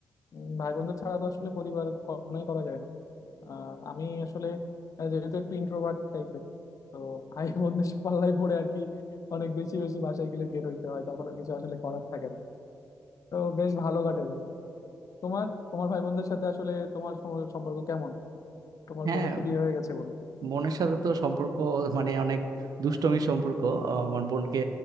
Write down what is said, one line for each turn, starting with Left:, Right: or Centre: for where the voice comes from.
Left: উম, ভাই বন্ধু ছাড়া তো আসলে পরিবার কখনোই করা যায় না আহ, আমি আসলে আহ, যেহেতু একটু ইন্ট্রোভার্ট টাইপের তো ভাই বন্ধুর পাল্লায় পড়ে আর কি অনেক বেশি বেশি বাসায় গেলে বের হইতে হয় তখন আর কিছু আসলে করার থাকে না তো বেশ ভালো কাটে বন্ধু তোমার তোমার ভাই বোনদের সাথে আসলে তোমার সম- সম্পর্ক কেমন তোমার
Right: হ্যাঁ
Left: বোনের তো বিয়ে হয়ে গেছে বললে
Right: বোনের সাথে তো সম্পর্ক মানে অনেক দুষ্টমির সম্পর্ক আহ, আমার বোনকে